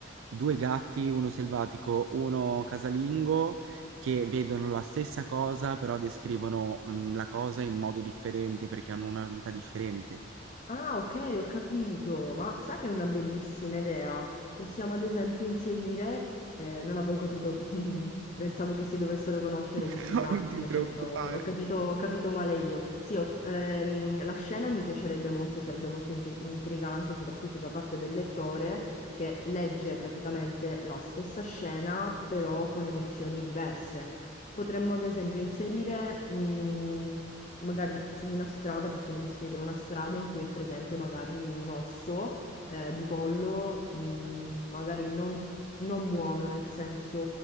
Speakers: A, on the right; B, on the left.
A: due gatti, uno selvatico, uno casalingo, che vedono la stessa cosa, però descrivono mm, la cosa in modo differente perché hanno una vita differente.
B: Ah, ok, ho capito, ma sai che è una bellissima idea. Possiamo ad esempio inserire, eh, non avevo capito, <laughs> pensavo che si dovessero conoscere
A: <laughs>
B: questi gatti,
A: Non ti
B: invece
A: preoccupare.
B: no, ho capito, ho capito male io. Sì, ho- ehm, la scena mi piacerebbe molto, sarebbe molto inti- intrigante, soprattutto da parte del lettore che legge praticamente la stessa scena, però con emozioni diverse. Potremmo ad esempio inserire, mh, che- magari su una strada, possiamo descrivere una strada in cui è presente magari un osso eh, di pollo, mh, magari non, non buono, nel senso